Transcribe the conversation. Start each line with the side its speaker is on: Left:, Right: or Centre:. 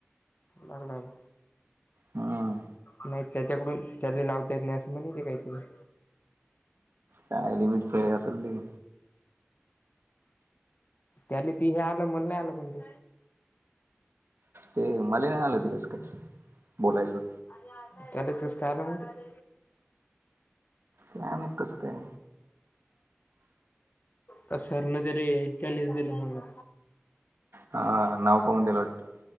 Left: लाग लागल
Right: हां.
Left: नाही त्याच्याकडून त्याला लावता येत नाही असं म्हणिते काहीतरी
Right: काय लिमिटस आहे असल ते
Left: त्याल ती हे आलं मला नाही आलं पण ते
Right: ते मला नाही आलं तिलाच काही बोलायचं
Left: <unintelligible>
Right: कम्ही कस का?
Left: का सर ने त्याले चॅलेंज दिलं म्हणून.
Right: हा नाव पाऊडेेल वाट